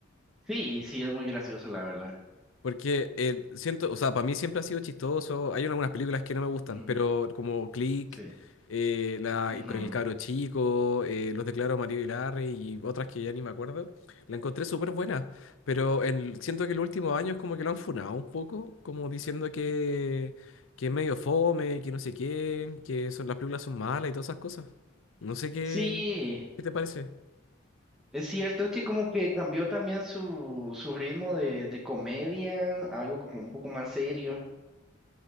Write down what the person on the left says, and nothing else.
Porque eh, siento, o sea, para mí siempre ha sido chistoso. Hay algunas películas que no me gustan,
pero como Click,
eh, la,
con el cabro chico, eh, Los declaro a Mario y Larry y otras que ya ni me acuerdo, la encontré súper buena. Pero en- siento que en los últimos años como que lo han funado un poco, como diciendo que, que es medio fome, que no sé qué, que son, las películas son malas y todas esas cosas. No sé qué,
qué te parece.